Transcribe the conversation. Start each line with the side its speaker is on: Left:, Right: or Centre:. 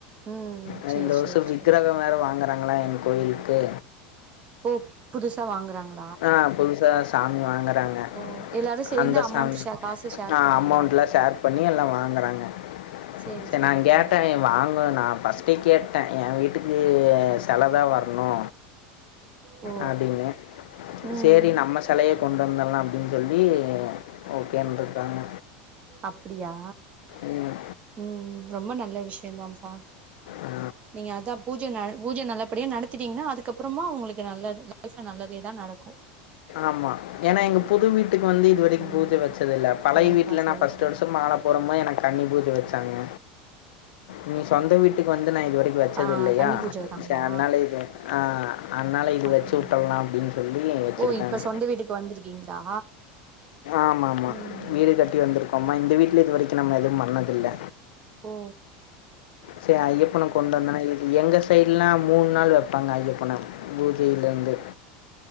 Right: ம்
Left: அது
Right: சேரி
Left: இந்த வர்ஷோ
Right: சேரி சேரி
Left: விக்குரகொ வேற வாங்கறாங்களா எங் கோயிலுக்கு
Right: ஓ புதுசா வாங்குறாங்க
Left: அ புதுசா சாமி வாங்கறாங்க
Right: ஓ எல்லாரு சேந்து
Left: அந்த
Right: அமௌண்ட்
Left: சாம்
Right: ஷே காசு ஷேர்
Left: ஆ
Right: பண்ணி
Left: அமௌண்ட்ல்லா
Right: வாங்
Left: ஷேர் பண்ணி எல்லா வாங்கறாங்க
Right: சேரி
Left: செரி
Right: சேரிப்பா
Left: நா கேட்டேனெ வாங்கு நா ஃபஸ் டி கேட்டே எ வீட்டுக்கு செலதா வரணு
Right: ஓ
Left: அப்டின்னு
Right: ம்
Left: சேரி நம்ம செலய கொண்டு வந்தர்லா அப்டின் சொல்லி ஓகேன்ருக்காங்க
Right: அப்டியா
Left: ம்
Right: ம் ரொம்ப நல்ல விஷயந்தான்ப்பா
Left: ஆ
Right: நீங்க அதா பூஜ ந பூஜ நல்லபடியா நடத் துட்டீங்கன்னா அதுக்கப்றமா உங்களுக்கு நல்லது லைஃப்ல நல்லதேதா நடக்கு
Left: ஆமா ஏன்னா எங்க புது வீட்டுக்கு வந்து இதுவரைக்கு
Right: ம்
Left: பூஜ வச்சது இல்ல பழய
Right: செரிப்பா
Left: வீட்ல
Right: செரிப்பா
Left: நா ஃபர்ஸ்ட் வருஷ மால போகும் போது எனக்கு கண்ணி பூஜ வச்சாங்க நீ சொந்த வீட்டுக்கு வந்து நா இதுவரைக்கு வச் வச்சது
Right: ஆ
Left: இல்லயா
Right: கன்னி பூஜ வச்சாங்களா
Left: சே அதுனால இது ஆ அதனால இது
Right: அப்டியா
Left: வச்சு உட்டர்லா அப்டின்னு சொல்லி வச்சுருக்காங்க
Right: ஓ இப்ப சொந்த வீட்டுக்கு வந்திருக்கீங்களா
Left: ஆமா ஆமா
Right: ம்
Left: வீடு கட்டி வந்துருக்கோம்மா இந்த வீட்ல இது வரிக்கு நாங்க எதுவு பண்ணதில்ல
Right: ஓ
Left: செரி ஐயப்பனு கொண்டு வந்தனா இது எங்க சைட்லா மூணு நாள் வைப்பாங்க ஐயப்பன பூஜையிலேருந்து